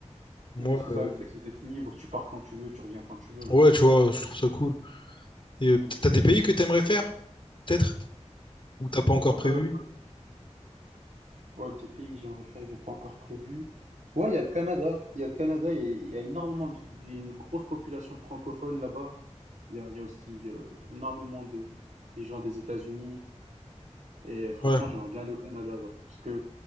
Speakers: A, on the left; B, on the right.
A: Moi,
B: Mmh, c'est ça
A: euh,
B: le truc, c'est d'être libre. Tu pars quand tu veux, tu reviens quand tu veux.
A: ouais, tu vois, je trouve ça cool. Et euh,
B: Mmh.
A: peut-être t'as des pays que t'aimerais faire, peut-être? Ou t'as pas encore prévu?
B: Euh, ouais, des pays, que j'aimerais faire, que j'ai pas encore prévu. Ouais, il y a le Canada. Il y a le Canada, il y a, il y a énormément de, il y a une grosse population francophone là-bas. Il y a, il y a aussi euh, énormément de, des gens des États-Unis. Et franchement,
A: Ouais,
B: j'aimerais bien aller au Canada, ouais, parce que